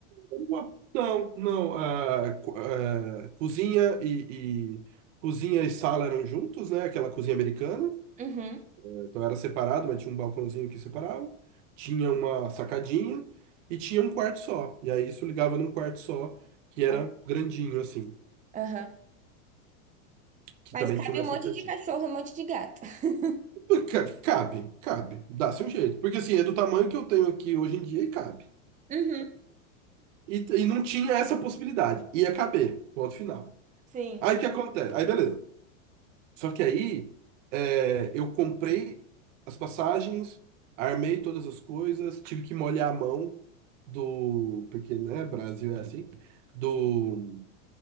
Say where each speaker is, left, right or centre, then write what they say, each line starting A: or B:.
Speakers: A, on the right (about 65°); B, on the right (about 20°).
A: Uma- Não, não. ah, co- ah, cozinha e, e- cozinha e sala eram juntos, né? Aquela cozinha americana.
B: Uhum.
A: Então era separado, mas tinha um balcãozinho que separava, tinha uma sacadinha e tinha um quarto só. E aí isso ligava num quarto só, que era
B: Ah,
A: grandinho, assim,
B: Aham.
A: que
B: Mas
A: também
B: cabe
A: tinha uma
B: um monte
A: sacadinha.
B: de cachorro, um monte de gato. <laughs>
A: Pô, ca- Cabe, cabe, dá se um jeito. Porque assim, é do tamanho que eu tenho aqui hoje em dia e cabe.
B: Uhum.
A: E, e não tinha essa possibilidade. Ia caber, ponto final.
B: Sim.
A: Aí o que acontece? Aí beleza. Só que aí é, eu comprei as passagens, armei todas as coisas, tive que molhar a mão do, porque, né, Brasil é assim, do,